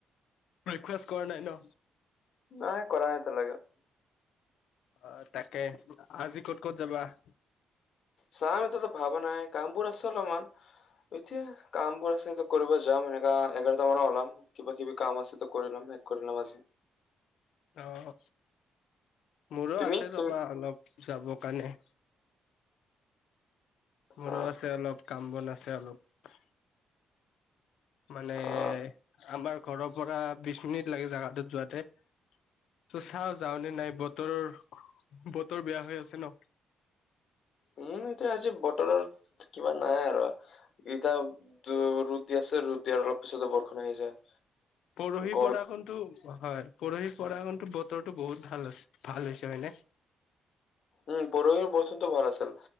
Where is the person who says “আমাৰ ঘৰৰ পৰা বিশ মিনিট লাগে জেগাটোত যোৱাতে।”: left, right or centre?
Left